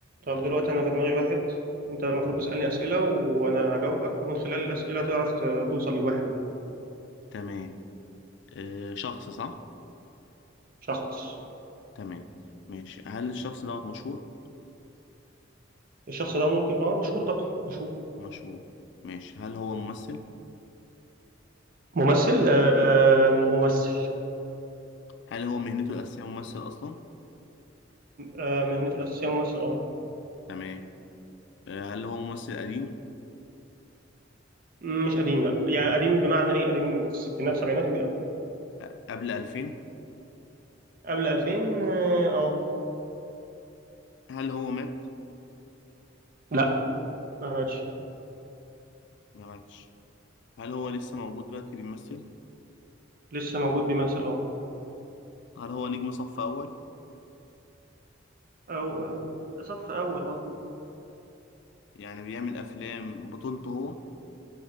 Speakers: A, on the right (about 45°); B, on the left (about 65°).
A: طب دلوقتي أنا في دماغي واحد أنت المفروض تسألني أسئلة وأنا هجاوبك ومن خلال الأسئلة تعرف ت- توصل للواحد ده
B: تمام آه شخص صح
A: شخص
B: تمام ماشي هل الشخص دوت مشهور
A: الشخص ده ممكن آه مشهور طبعا مشهور
B: مشهور ماشي هل هو ممثل
A: ممثل آه ممثل
B: هل هو مهنته الأساسية ممثل أصلا
A: آه مهنته الأساسية ممثل آه
B: تمام آه هل هو ممثل قديم
A: مش قديم لا يعني قديم بمعنى إيه قديم في الستينات سبعينات وكده
B: أ- قبل 2000
A: قبل 2000 آه آه.
B: هل هو مات
A: لا ما ماتش
B: ما ماتش هل هو لسه موجود دلوقتي بيمثل
A: لسه موجود بيمثل آه
B: هل هو نجم صف أول
A: أو آه، صف أول آه
B: يعني بيعمل أفلام بطولته هو